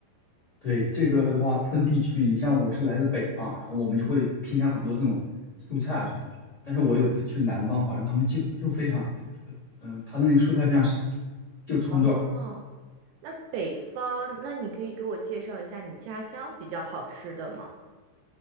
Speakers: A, on the left; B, on the right.
A: 对，这个的话分地区，你像我是来自北方，然后我们就会添加很多这种蔬菜啊什么的。但是我有一次去南方，好像他们就就非常，嗯、呃，他的那个蔬菜非常少，就葱段
B: 哦，那北方，那你可以给我介绍一下你家乡比较好吃的吗？